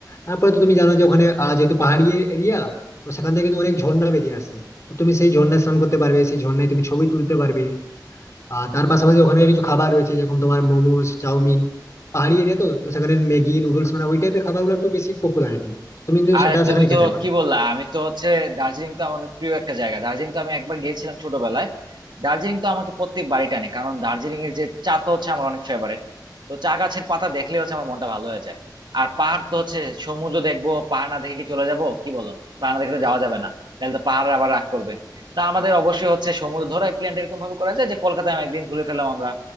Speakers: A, on the left; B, on the right.
A: তারপরে তো তুমি জানো যে ওখানে আহ, যেহেতু পাহাড়ি এরিয়া তো সেখান থেকে কিন্তু অনেক ঝর্ণা বেরিয়ে আসছে তো তুমি সেই ঝর্ণায় স্নান করতে পারবে সেই ঝর্ণায় তুমি ছবি তুলতে পারবে আর তার পাশাপাশি ওখানে কিছু খাবার রয়েছে যেরকম তোমার মোমোস চাউমিন পাহাড়ি এরিয়া তো তো সেখানে ম্যাগি নুডলস মানে ওই টাইপের খাবারগুলো একটু বেশি পপুলারিটি তুমি কিন্তু
B: আর
A: সেটা
B: তুমি
A: সেখানে
B: তো
A: খেতে পারো
B: কি বললা আমি তো হচ্ছে দার্জিলিং তো আমার অনেক প্রিয় একটা জায়গা দার্জিলিং তো আমি একবার গিয়েছিলাম ছোটবেলায় দার্জিলিং তো আমাকে প্রত্যেক বাড়ি টানে কারণ দার্জিলিং এর যে চা তো হচ্ছে আমার অনেক ফেভারিট তো চা গাছের পাতা দেখলে হচ্ছে আমার মনটা ভালো হয়ে যায় আর পাহাড় তো হচ্ছে সমুদ্র দেখবো পাহাড় না দেখে কি চলে যাব কি বলো পাহাড় না দেখে তো যাওয়া যাবে না তাহলে তো পাহাড় আবার রাগ করবে তা আমাদের অবশ্যই হচ্ছে সমুদ্র ধরো এই প্ল্যানটা এরকম ভাবে করা যায় যে কলকাতায় আমি একদিন ঘুরে ফেললাম আমরা